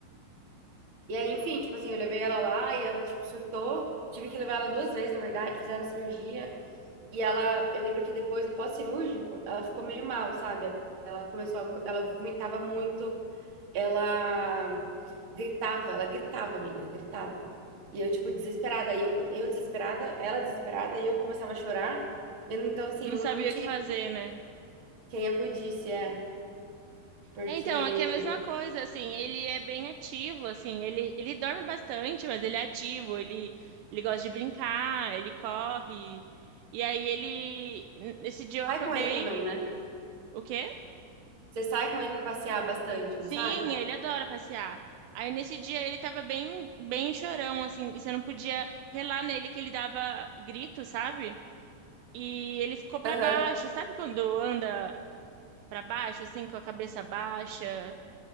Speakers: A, on the right; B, on the right.
A: e aí, enfim, tipo assim, eu levei ela lá e ela, tipo, surtou. Tive que levar ela duas vezes, na verdade, fizeram a cirurgia. E ela, eu lembro que depois, no pós-cirúrgico, ela ficou meio mal, sabe? Ela começou a, go- ela vomitava muito. ela gritava, ela gritava, amiga, gritava. E eu, tipo, desesperada, e eu, eu desesperada, ela desesperada, e eu começava a chorar. E, então, assim,
B: Não
A: não,
B: sabia
A: não tinha
B: o que fazer, né?
A: quem acudisse, é. Porque
B: É, Então, aqui é a mesma coisa, assim, ele é bem ativo, assim, ele, ele dorme bastante, mas ele é ativo, ele, ele gosta de brincar, ele corre. E aí ele, nesse dia eu
A: sai
B: acordei,
A: com ele também, né?
B: o quê?
A: Você sai com ele pra passear bastante,
B: Sim,
A: não sai?
B: ele adora passear. Aí nesse dia ele tava bem, bem chorão, assim, e você não podia relar nele que ele dava grito, sabe? E ele ficou pra
A: Aham.
B: baixo, sabe quando anda pra baixo, assim, com a cabeça baixa,